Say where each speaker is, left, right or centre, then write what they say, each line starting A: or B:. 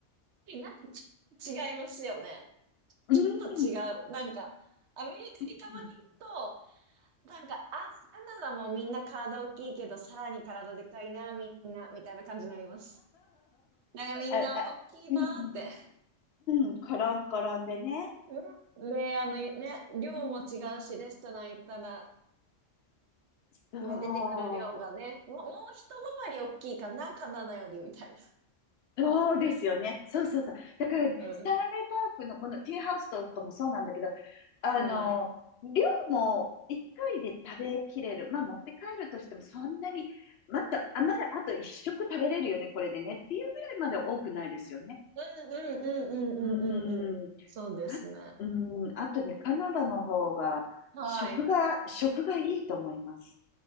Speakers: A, on the right; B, on the left.
A: なんかち、違いますよね。
B: うん。
A: ちょっと違う。なんか、アメリカにたまに行くと、
B: うんうん
A: なんか、あ、カナダもみんな体大きいけど、さらに体でかいな、みんな、みたいな感じになります。なんかみんな大きいなーって。
B: あ、あ、うんうん。うん。コロンコロンでね。
A: ね、で、あの、ね、量も違うし、
B: うん。
A: レストラン行ったら、
B: そう。
A: まあ出てくる量がね、もう、もう一回り大きいかな、カナダより、みたいな。
B: そうですよね。そうそうそう。だからね、
A: うん、
B: スターネパークのこのティーハウスとかもそうなんだけど、あの、
A: うん、はい。
B: 量も一回で食べきれる。まあ持って帰るとしてもそんなに、また、あ、まだあと一食食べれるよね、これでね。っていうぐらいまで多くないですよね。
A: うんうんうんうんうんうんうん。
B: うん。
A: そうですね。
B: あ、うん、あとね、カナダの方が、
A: はい。
B: 食が、食がいいと思います。